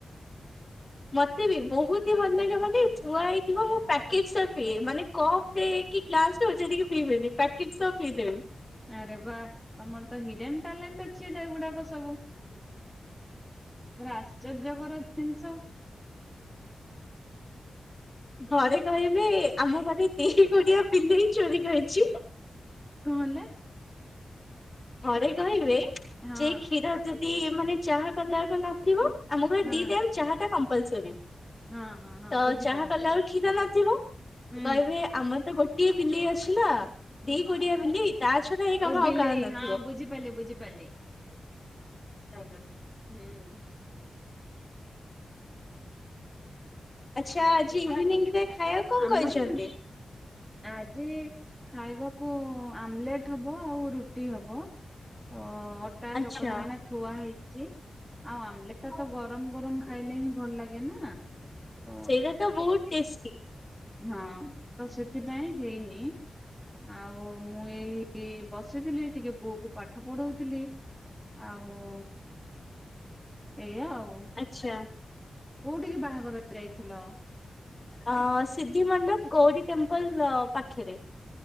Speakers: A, on the left (about 25°); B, in the centre.
A: ମତେ ବି ବହୁତ ହି ଭଲ ଲାଗିବନ ସେଇ ଛୁଆ ହେଇଥିବ ମୋ ପକେ ପିଇ ମାନେ କପ୍ କି ଗ୍ଲାସ ପିଇବେନି ପ୍ୟାକେଟ ସବ ପିଇଦେବେ।
B: ଆରେ ବା ତମର ତ ହିଡେନ୍ ଟ୍ୟାଲେଣ୍ଟ ଅଛି ଏଟା। ଗୁଡାକ ସବୁ। ବସ- ଆଚର୍ଯ୍ୟକର ଜିନିଷ
A: ଘରେ କହିବେ ଆମ ଘରେ ଦ ଗଡିଆ ବିଲେଇ ଚୋରି କରିଛି।
B: କଣ ହେଲେ?
A: ଘରେ। କହିବେ
B: ହଁ
A: ସେ କ୍ଷୀର ଯ ମାନେ ଚାହା କଦକ ନଥିବ ଆମ ଘରେ
B: ହଁ
A: ଦି ଟାଇମ୍ ଚାହା ଟା କ ପଲସରି।
B: ହଁ ହଁ ହଁ
A: ତ
B: ବୁଝିପାରିଲି
A: ଚାହା କଲେ ଆଳ ଠିକ ହେଲା। ଯିବା।
B: ହୁଁ
A: କହିବେ ଆମର ତ ଗୋଟେ ଗୋଟିଏ ବିଲେଇ ଅଛି ନା ଦେଇ ଗଡିଆ ବିଲେଇ ତା ଛଡା ଏଇ କାମ
B: ଓ ବିଲେଇ
A: ଆଉ କାହା ନ।
B: ହଁ ବୁଝିପାରିଲି ବୁଝିପାରିଲି।
A: <inaudible>
B: ହୁଁ।
A: ଆଛାଜି ଇଭିନି ଖା କଣ
B: ଆମର
A: କହିଛନ୍ତି?
B: ଆଜି ଖାଇବାକୁ ଆମଲେଟ ହବ ଆଉ ରୁଟି ହବ। ତ ଅଟା
A: ଆଚ୍ଛା
B: ଚକଡା ହେଇନା ଛୁଆ ହେଇଛି। ଆଉ ଆମଲେଟ ଟା ତ ଗରମ ଗରମ ଖାଇଲେ ହିଁ ଭଲ ଲାଗେ ନା ତ
A: ସେଇଟା ତ ବହୁତ ଟେଷ୍ଟି।
B: ହଁ ତ ସେଥିପାଇଁ ହେଇନି ଆଉ ମୁଁ ଏଇ ବସିଥିଲି ଟିକେ ପୁଅ କ ପାଠ ପଢଉଥିଲି ଆଉ ଏଇୟାଉ।
A: ଆଛା।
B: କୋଉଠିକି ବାହାଘର ଯାଇଥିଲ
A: ଅ ସିଦ୍ଧି ମଣ୍ଡପ ଗୌରୀ ଟେମ୍ପ ପଲ ପାଖେରେ